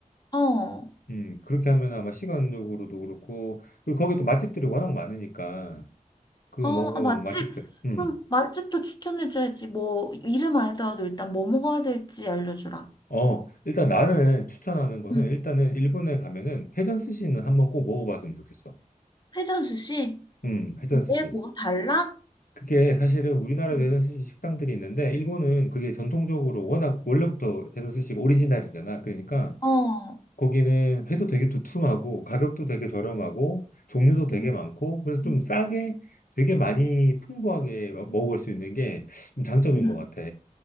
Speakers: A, on the left; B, on the left.
A: 어.
B: 음, 그렇게 하면 아마 시간적으로도 그렇고 그리고 거기 또 맛집들이 워낙 많으니까 그거
A: 어,
B: 먹어
A: 아, 맛집?
B: 맛집들. 음.
A: 그럼 맛집도 추천해줘야지. 뭐, 이름 해더라도 일단 뭐 먹어야 될지 알려주라.
B: 어, 일단 나는 추천하는 거는
A: 응
B: 일단은 일본에 가면은 회전 스시는 한번 꼭 먹어봤으면 좋겠어.
A: 회전 스시?
B: 음, 회전
A: 왜?
B: 스시.
A: 뭐가 달라?
B: 그게 사실은 우리나라도
A: 응
B: 회전 스시 식당들이 있는데 일본은 그게 전통적으로 워낙 원래부터 회전 스시가 오리지널이잖아. 그러니까
A: 어,
B: 거기는 회도 되게 두툼하고 가격도 되게 저렴하고 종류도 되게
A: 음,
B: 많고 그래서 좀
A: 응.
B: 싸게 되게 많이 풍부하게 먹을 수 있는 게 좀 장점인
A: 응.
B: 것 같아.